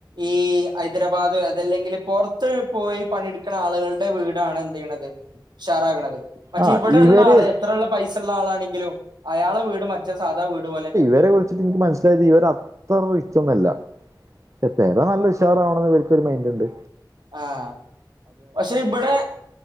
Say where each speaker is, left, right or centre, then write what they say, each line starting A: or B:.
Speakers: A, on the right (about 70°); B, on the right (about 40°).
A: ഈ ഹൈദരാബാദ് അതല്ലെങ്കിൽ പൊറത്ത് പോയി പണിയെടുക്കണ ആളുകളുടെ വീടാണ് എന്ത് യ്യ്ണത് ഷാറാഗ്ണത് പക്ഷെ
B: ആഹ്
A: ഇവിടെ
B: ഇവര്
A: ഇള്ള ആള് എത്രയള്ള പൈസള്ള ആളാണെങ്കിലും അയാളെ വീട് മറ്റ സാധാ വീട് പോലെന്നെണ്
B: വരെ കുറിച്ചിട്ട് എനിക്ക് മനസിലായത് ഇവർ അത്ര റിച്ചൊന്നല്ല പക്ഷെ പേര നല്ല ഷാറാവണന്ന്ള്ള ൻ കൊര് മൈന്റ് ണ്ട്
A: ആഹ് പക്ഷെ ഇവിടെ